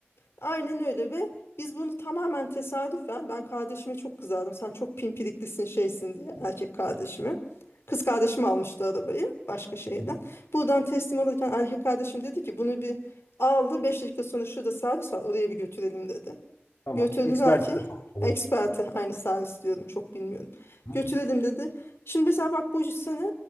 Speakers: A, on the left; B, on the left.
A: Aynen öyle ve biz bunu tamamen tesadüfen ben kardeşime çok kızardım. Sen çok pimpiriklisin şeysin diye
B: ha.
A: erkek kardeşime. Kız kardeşim almıştı arabayı başka şehirden.
B: Hı hı.
A: Buradan teslim alırken erkek kardeşim dedi ki bunu bir aldı Beş dakika sonra şurada servis var oraya bir götürelim dedi.
B: Tamam.
A: Götürdüler
B: Ekspertize
A: ki
B: sokalım.
A: eksperte aynı servis diyorum çok bilmiyorum.
B: Hı
A: Götürelim
B: hı.
A: dedi. Şimdi mesela bak bu sene